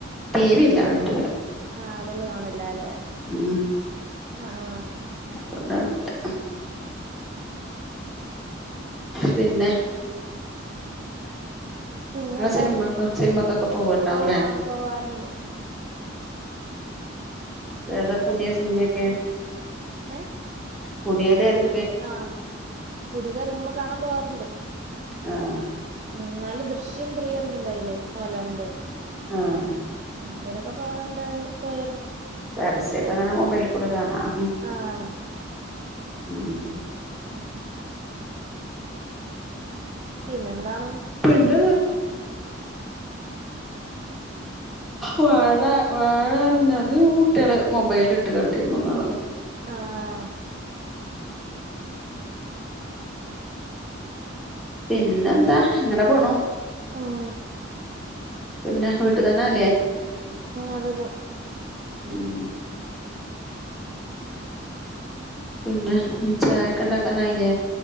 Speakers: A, in the centre; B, on the right (about 35°).
A: ടി വി ഇല്ല വീട്ടില്
B: ആഹ് അതോണ്ട് കാണിലില്ല ല്ലെ?
A: ഉം
B: ആഹ് ആഹ്
A: <unintelligible> പിന്നെ?
B: പിന്നെന്താണ്
A: ഇങ്ങള് സിനിമ സിനിമക്കൊക്കെ പോവി ണ്ടാവുലേ?
B: ആഹ് പോവാറുണ്ട്
A: ഏതാ പുതിയ സിനിമയൊക്കെ?
B: ഏഹ്?
A: പുതിയത് ഏതൊ
B: ആഹ് പുതിത് എറങ്ങുമ്പോ കാണാൻ പോകാറ്ണ്ട്
A: ആഹ്
B: ഉം നാല് ദൃശ്യംത്രീ ഇറങ്ങിണ്ടായില്ലേ മോഹൻലാലിന്റെ
A: ആഹ്
B: ഉം അതിനൊക്കെ പോവണ്ടായി പോയാർ ന്നു
A: പരസ്യൊക്കെ അങ്ങനെ മൊബൈലിൽ കൂടി കാണാം
B: ആഹ്
A: ഉം
B: ഉം പിന്നെന്താണ്?
A: പിന്നെന്താ?
B: ഉം
A: വാഴ വാഴ റഞ്ഞത് കുട്ടികള് മൊബൈലിട്ട് കണ്ടിരുന്നുന്നാള്
B: ആഹ്
A: പിന്നെന്താ ഇങ്ങനെ പോണു
B: ഉം
A: പിന്നെ വീട്ടുതന്നാ ല്ലേ?
B: അതെന്നെ
A: ഉം പിന്നെ ചായക്കണ്ടാക്കാനായി ലേ